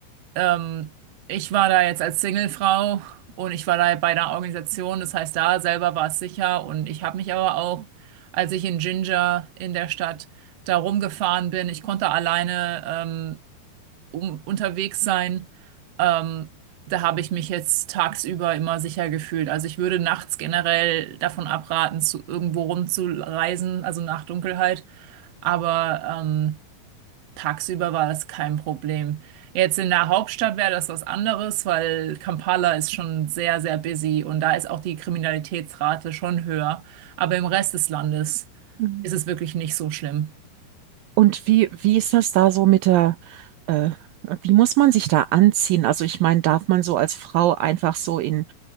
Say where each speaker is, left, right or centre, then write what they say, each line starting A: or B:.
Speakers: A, on the right (about 55°); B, on the right (about 75°).
A: ähm, ich war da jetzt als Singlefrau und ich war da bei einer Organisation, das heißt, da selber war es sicher und ich habe mich aber auch, als ich in Ginger in der Stadt da rumgefahren bin, ich konnte alleine ähm, um, unterwegs sein. Ähm, da habe ich mich jetzt tagsüber immer sicher gefühlt. Also ich würde nachts generell davon abraten, zu irgendwo rumzureisen, also nach Dunkelheit. Aber ähm, Tagsüber war das kein Problem. Jetzt in der Hauptstadt wäre das was anderes, weil Kampala ist schon sehr, sehr busy und da ist auch die Kriminalitätsrate schon höher. Aber im Rest des Landes
B: Mhm.
A: ist es wirklich nicht so schlimm.
B: Und wie, wie ist das da so mit der, äh, wie muss man sich da anziehen? Also ich meine, darf man so als Frau einfach so in,